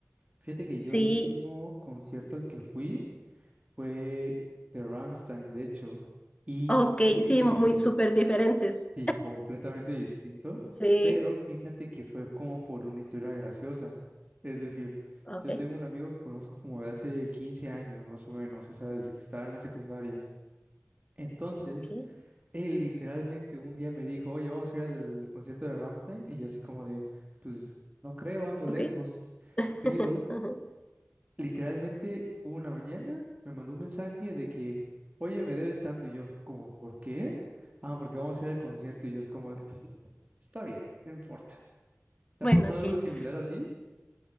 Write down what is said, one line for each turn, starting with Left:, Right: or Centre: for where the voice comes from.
Right: Fíjate que
Left: sí.
Right: yo el último concierto al que fui fue de Rammstein, de hecho, y
Left: Ok,
Right: es una
Left: sí,
Right: historia
Left: muy súper diferentes.
Right: sí, completamente distinto,
Left: Sí,
Right: pero fíjate que fue como por una historia graciosa. Es decir,
Left: ok,
Right: yo tengo un amigo que conozco como de hace 15 años más o menos, o sea, desde que estaba en la secundaria. Entonces,
Left: ok,
Right: él literalmente un día me dijo, oye, vamos a ir al concierto de Rammstein, y yo así como de, pues no creo, ando lejos,
Left: ok. <laughs>
Right: pero
Left: Ujú.
Right: Literalmente una mañana me mandó un mensaje de que, oye, me debes tanto y yo, como, ¿por qué? Ah, porque vamos a ir al concierto y yo es como, de, "Ah, está bien, no importa. ¿Te
Left: Bueno,
Right: ha pasado
Left: ok.
Right: algo similar así?